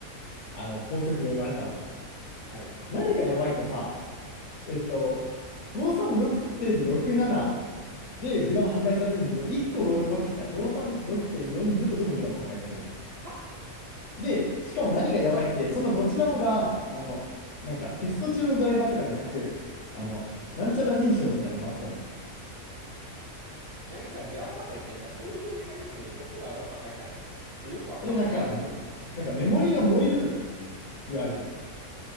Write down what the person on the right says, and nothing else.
はい。
は
ちなみにさ、グラボ破壊ってなんかどういうメカニズムでどこがどう破壊されんの俺よくわかってないんだけど。